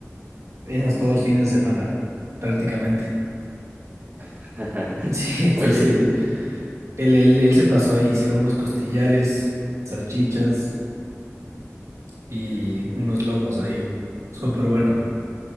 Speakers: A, on the right; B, on the right.
A: esas todos los fines de semana, prácticamente.
B: <laughs>
A: Sí, <laughs> entonces
B: Oye, y-
A: él, él, él se pasó ahí, hicieron unos costillares, salchichas y unos lomos ahí. Súper bueno.